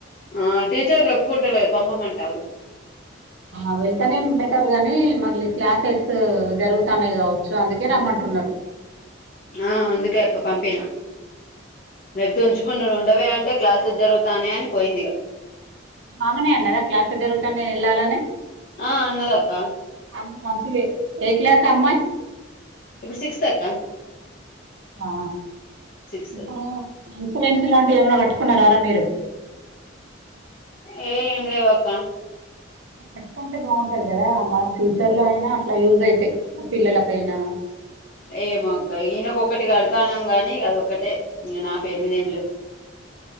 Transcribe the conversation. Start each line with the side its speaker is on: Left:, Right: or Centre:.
Left: ఆ టీచర్లు ఒప్పుకుంటలేరు పంపమంటాళ్ళు
Right: <unintelligible> ఇనే బెటర్ గాని మళ్ళీ క్లాసెస్ జరుగుతాన్నాయి కావచ్చు అందుకే రమ్మంటున్నారు.
Left: ఆ అందుకే అక్క పంపిన లేకపోతే ఉంచుకుని ఉండవే అంటే క్లాసెస్ జరుగుతానయి. అని పోయింది ఇగా
Right: ఆమనే అన్నదా క్లాసేస్ జరుగుతన్నయా వెళ్ళాలని
Left: ఆ అన్నదక్క
Right: అమ్మ మంచులే ఏ క్లాస్ ఆ అమ్మాయ్
Left: ఇప్పుడు సిక్స్త్ అక్క
Right: ఆ
Left: సిక్స్త్
Right: ఇప్పుడు ఇన్సూరెన్స్ లాంటివి ఏమనా కట్టుకున్నారా రారా మీరు
Left: ఏ ఏం లేవాక్క
Right: కట్టుకుంటే బాగుంటది. కదా మన ఫ్యూచర్ లో అయినా అట్లా యూజ్ అయితాయి పిల్లలకైనా
Left: ఏమో ఆక్క ఈయనొక్కటి కడతాన్నాం కాని అదొక్కటే ఇంక నా పేరు మిదేం లేవ్